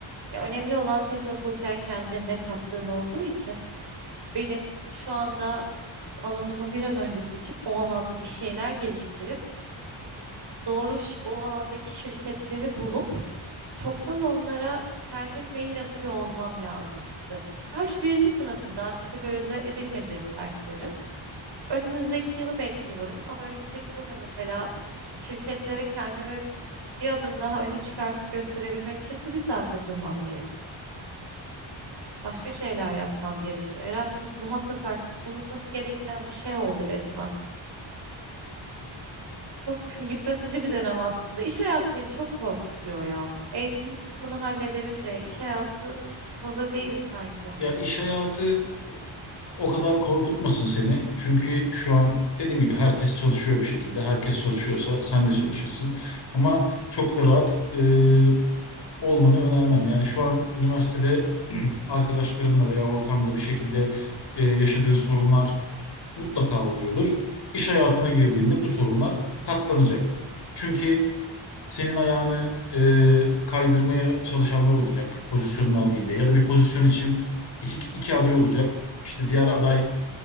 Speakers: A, on the right (about 55°); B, on the left (about 60°).
A: Ya önemli olan senin okurken kendine ne kattığın olduğu için benim şu anda s- alanımı bir an önce seçip o alanda bir şeyler geliştirip doğru ş- o alandaki şirketleri bulup çoktan onlara kendim mail atıyor olmam lazımdı. Daha şu birinci sınıfım daha kategorize edilmedi derslerim. Önümüzdeki yılı bekliyorum ama önümüzdeki yılda mesela şirketlere kendimi bir adım daha öne çıkartıp gösterebilmek için TÜBİTAK'a katılmam gerekiyor. Başka şeyler yapmam gerekiyor. Erasmus muhakkak artık bulunması gereken bir şey oldu resmen. Çok yıpratıcı bir dönem aslında. İş hayatı beni çok korkutuyor ya. Eğitim kısmını hallederim de iş hayatı hazır değilim sanki ona.
B: Ya iş hayatı o kadar korkutmasın seni. Çünkü şu an dediğim gibi herkes çalışıyor bir şekilde. Herkes çalışıyorsa sen de çalışırsın. Ama çok da rahat e, olmanı önermem. Yani şu an üniversitede arkadaşlarınla veya ortamda bir şekilde e, yaşadığın sorunlar mutlaka oluyordur. İş hayatına girdiğinde bu sorunlar katlanacak. Çünkü senin ayağını e, kaydırmaya çalışanlar olacak pozisyonunu alayım diye. Ya da bir pozisyon için iki, iki aday olacak. İşte diğer aday